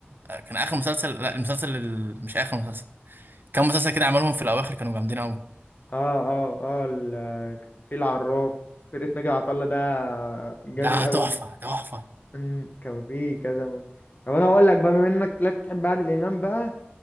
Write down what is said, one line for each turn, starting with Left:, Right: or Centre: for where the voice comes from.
Right: آه، كان اخر مسلسل لا المسلسل ال... مش اخر مسلسل كان مسلسل كده عملهم في الاواخر كانوا جامدين قوي
Left: اه اه اه ال- كان في العراف فرقة ناجي عطا الله ده جامد
Right: ده
Left: قوي
Right: تحفة تحفة
Left: أمم، كان في كذا من- طب انا هقول لك بقى بما انك لا تحب عادل امام بقى